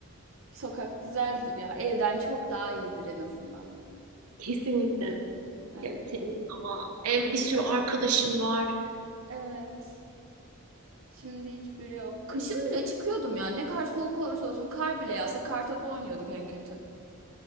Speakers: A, on the right (about 60°); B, on the right (about 85°).
A: Sokak güzeldir ya. Evden çok daha iyidir en azından.
B: Kesinlikle.
A: Evet.
B: Hem temiz hava hem bir sürü arkadaşım var.
A: Evet. Şimdi hiçbiri yok. Kışın bile çıkıyordum ya. Ne kadar soğuk olursa olsun kar bile yağsa kar topu oynuyorduk en kötü.